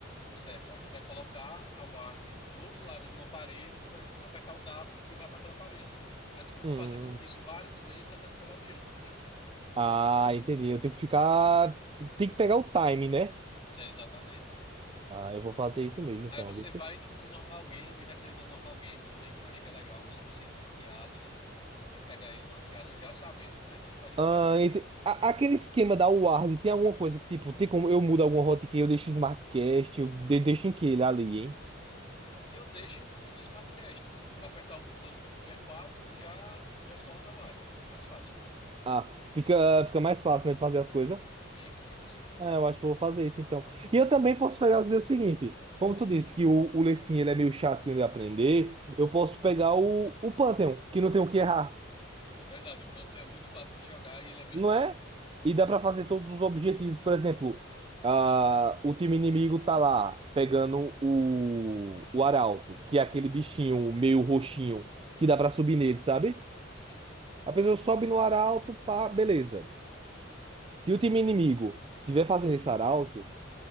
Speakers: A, on the left (about 25°); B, on the right (about 25°).
A: certo, aí tu vai colocar a Ward do outro lado de uma parede, tu vai apertar o W e vai para aquela parede. Aí tu fica
B: Hum.
A: fazendo isso várias vezes até tu pegar o jeito, entendeu?
B: Ah, entendi. Eu tenho que ficar. Tem que pegar o time, né?
A: É, exatamente.
B: Ah, eu vou fazer isso mesmo, então.
A: Aí você
B: Vê se...
A: vai num normal game, e vai treinando normal game também, que eu acho que é legal antes de você ir numa ranqueada, né? Pra pegar ele numa ranqueada já sabendo como é que faz isso
B: Ah,
A: aí.
B: ente- a- Aquele esquema da Ward tem alguma coisa que, tipo, tem como eu mudo alguma hotkey, eu deixo em SmartCast, eu de- deixo em que ele ali, hein?
A: Eu deixo no Smartcast, pra apertar o botão que é 4 já já solta o Ward. É mais fácil.
B: Ah, fica, fica mais fácil, né, de fazer as coisas.
A: Fica, fica assim.
B: Ah, eu acho que eu vou fazer isso, então. E eu também posso fazer o seguinte. Como tu disse que o, o Lecinho, ele é meio chatinho de aprender, eu posso pegar o, o Pantheon, que não tem o que errar.
A: É verdade, o Panto é muito fácil de jogar e ele é bem
B: Não
A: forte.
B: é? E dá pra fazer todos os objetivos. Por exemplo, ah, o time inimigo tá lá pegando o, o arauto, que é aquele bichinho meio roxinho que dá pra subir nele, sabe?
A: Uhum.
B: A pessoa sobe no arauto, pá, beleza. Se o time inimigo tiver fazendo esse arauto,